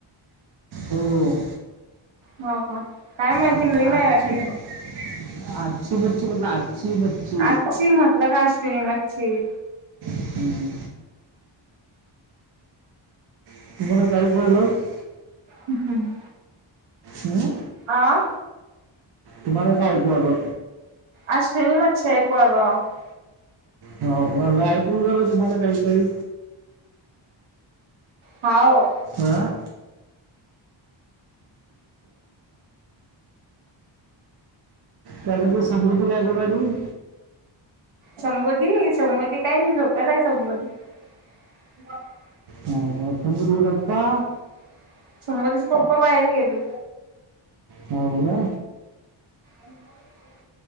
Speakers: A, on the right; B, on the right.
A: हो.
B: हो का? काय माहिती
A: आज-
B: घरी
A: आजची
B: नाही वाटते.
A: म- आजची मच्छी म्हटलं आजची मच्छी
B: आच्ची मतलब आश्विनी मच्छी
A: हम्म. <unintelligible>
B: हम्म हम्म.
A: हम्म.
B: आं
A: तुम्हाला काय ऐकु आलं
B: असलेन मगछ आहे कवाल <unintelligible>
A: हो मला ऐकू राहिलं तुम्हाला काही काही
B: हाव
A: आं काय करतो समृद्धी काय करू राहिली?
B: संबोधी संबोधी काय नाही झोपेल हाय संबोधी <unintelligible>
A: हो का? समृद्धी गप्पा
B: समतीचे पप्पा बाहेर गेले.
A: हाव का?
B: हम् <unintelligible>